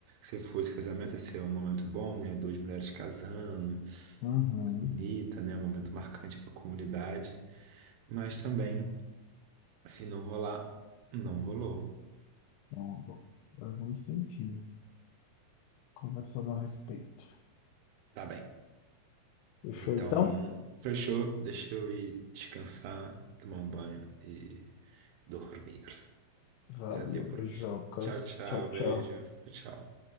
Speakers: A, on the right (about 80°); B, on the left (about 85°).
A: você fosse casamento, esse é um momento bom, né? Duas mulheres casando,
B: Uhum.
A: bonita, né? Um momento marcante para a comunidade. Mas também, se não rolar, não rolou.
B: Bom, bom. Agora vamos sentir, né? conversando a respeito.
A: Tá bem.
B: Fechou
A: Então,
B: então?
A: fechou. Deixa eu ir descansar, tomar um banho e dormir.
B: Valeu,
A: Já deu
B: beijocas.
A: por hoje. Tchau, tchau.
B: Tchau,
A: Beijo.
B: tchau.
A: Tchau.